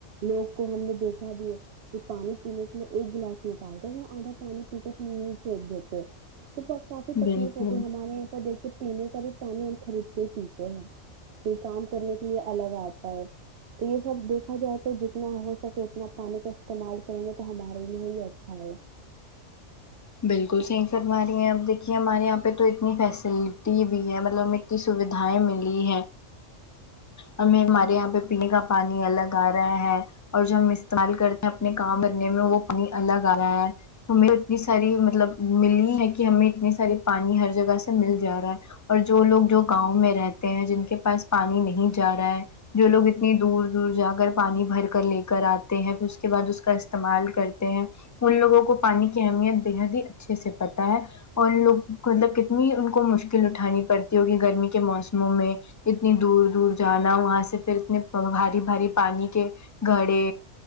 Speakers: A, on the right; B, on the left.
A: لوگ کو ہم نے دیکھا بھی ہے یہ پانی پینے کے لیے ایک گلاس نکالتے ہیں آدھا پانی پی کے اس میں نل پھینک دیتے ہیں تو کافی تکلیف
B: بالکل
A: ہوتی ہے ہمارے یہاں پر دیکھیے پینے کا بھی پانی ہم خریدکے ہی پیتے ہیں کوئی کام کرنے کے لیے الگ آتا ہے تو یہ سب دیکھا جائے تو جتنا ہو سکے اتنا پانی کا استعمال کریں گے تو ہمارے لیے ہی اچھا ہے
B: بالکل صحیح فرما رہی ہیں اب دیکھیے ہمارے یہاں پہ تو اتنی فیسلٹی بھی ہے مطلب اتنی سویدھائیں ملی ہیں ہمیں ہمارے یہاں پہ پینے کا پانی الگ آ رہا ہے اور جو ہم استعمال کرتے ہیں اپنے کام بننے میں وہ اپنی الگ آ رہا ہے ہمیں اتنی ساری مطلب ملی ہے کہ ہمیں اتنی ساری پانی ہر جگہ سے مل جا رہا ہے اور جو لوگ جو گاؤں میں رہتے ہیں جن کے پاس پانی نہیں جارہا ہے جو لوگ اتنی دور دور جا کر پانی بھر کر لے کر آتے ہیں پھر اس کے بعد اس کا استعمال کرتے ہیں ان لوگوں کو پانی کی اہمیت بےحد ہی اچھے سے پتا ہے ان لوگ مطلب کتنی ان کو مشکل اٹھانی پڑتی ہوگی گرمی کے موسموں میں اتنی دور دور جانا وہاں سے پھر اتنے بھاری بھاری پانی کے گھڑے